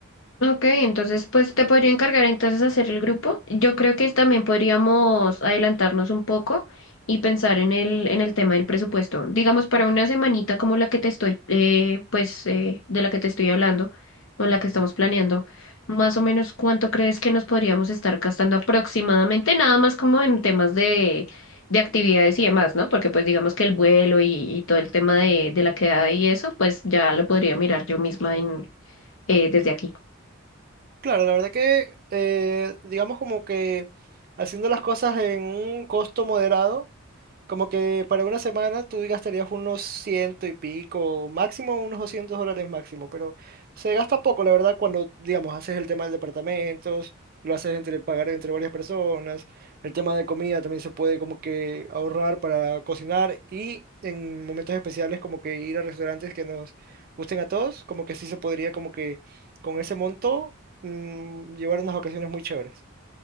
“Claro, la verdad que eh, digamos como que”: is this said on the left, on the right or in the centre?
Right